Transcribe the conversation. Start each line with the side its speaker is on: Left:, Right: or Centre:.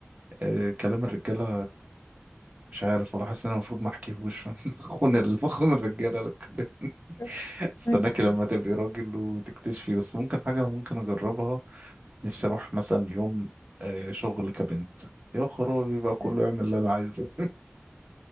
Right: آه، كلام الرجاله مش عارف ولا حاسس ان انا المفروض ما احكيهوش <laughs> بخون ال- بخون الرجاله لو اتكلمت
Left: <laughs> كفاية
Right: استناكي
Left: العهد
Right: لما تبقي راجل وتكتشفي بس ممكن حاجه انا ممكن اجربها نفسي اروح مثلا يوم آه، شغل كبنت يا خرابي بقى كله
Left: مم.
Right: يعمل اللي انا عايزه